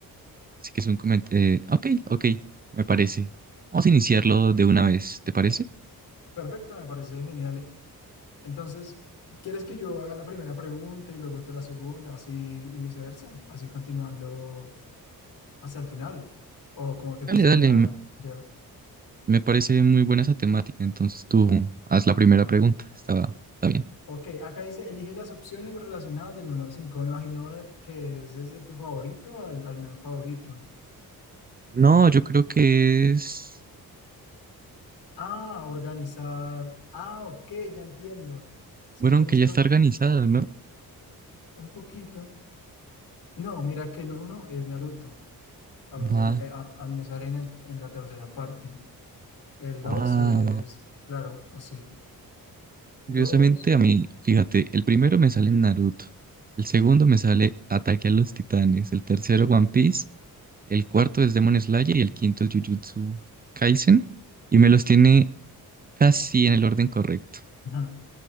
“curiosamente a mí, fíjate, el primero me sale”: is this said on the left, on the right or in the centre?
Right